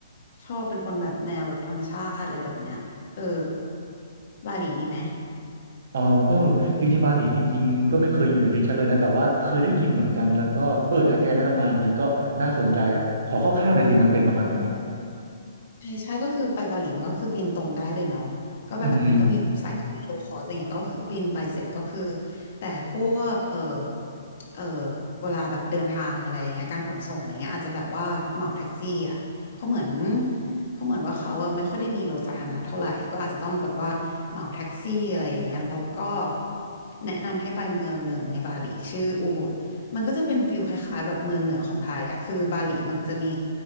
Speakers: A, on the left (about 45°); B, on the right (about 65°).
A: ชอบเป็นคนแบบแนวแบบธรรมชาติอะไรแบบเนี้ยเออบาหลีดีไหม
B: อ๋อเออจริงๆบาหลีจริงๆก็ไม่เคยอยู่ในลิสต์ฉันเลยนะแต่ว่าเคยได้ยินเหมือนกันแล้วก็เออถ้าแกแนะนำมาอย่างนี้ก็น่าสนใจอ่ะขอคร่าวๆหน่อยสิมันเป็นประมาณไหนเนี่ย
A: ใช่ใช่ก็คือไปบาหลีมันก็คือบินตรงได้เลยเนาะก็แบบมันก็มีสายการบินโลคอสอย่างงี้ก็คือบินไปเสร็จก็คือ
B: อือหือ
A: แต่พวกเออเออเวลาแบบเดินทางอะไรอย่างเงี้ยการขนส่งอะไรเงี้ยอาจจะแบบว่าเหมาแท็กซี่อ่ะเพราะเหมือนเพราะเหมือนว่าเขาอะไม่ค่อยได้มีรถสาธารณะเท่าไหร่ก็อาจจะต้องแบบว่าเหมาแท็กซี่อะไรอย่างเงี้ยแล้วก็แนะนำให้ไปเมืองหนึ่งในบาหลีชื่ออูบุดมันก็จะเป็นฟิลคล้ายๆแบบเมืองเหนือของไทยอ่ะคือบาหลีมันจะมี